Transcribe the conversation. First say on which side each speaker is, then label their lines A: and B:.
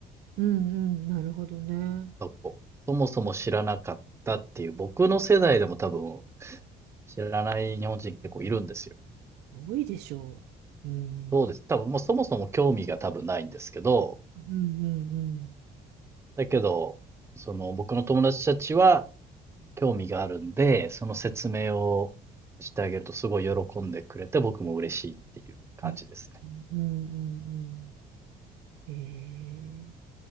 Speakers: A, on the right; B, on the right.
A: うん、うん、なるほどね。
B: なとこ、そもそも知らなかったっていう、僕の世代でも多分知らない日本人結構いるんですよ。
A: 多いでしょう。うん
B: そうです。多分もうそもそも興味が多分ないんですけど、
A: うんうんうん
B: だけど、その僕の友達たちは、興味があるんで、その説明をしてあげるとすごい喜んでくれて、僕も嬉しいっていう感じですね。
A: うんうんうん。ええ